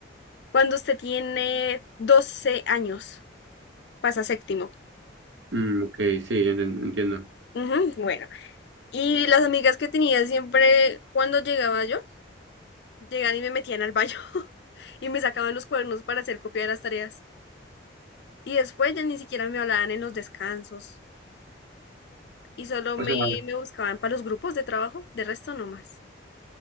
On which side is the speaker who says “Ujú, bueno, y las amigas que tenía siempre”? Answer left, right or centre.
Left